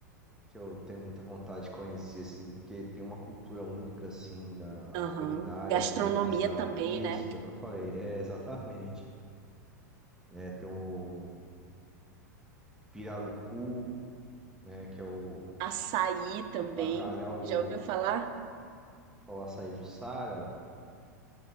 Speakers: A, in the centre; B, on the right (about 50°).
A: que eu tenho muita vontade de conhecer, assim, porque tem uma cultura única, assim, da
B: aham.
A: a culinária
B: Gastronomia
A: deles, a...
B: também,
A: Isso,
B: né?
A: foi o que eu falei, é, <laughs> exatamente. né? Tem o pirarucu, né? Que é o,
B: Açaí
A: o
B: também.
A: bacalhau do
B: Já ouviu falar?
A: o açaí Jussara,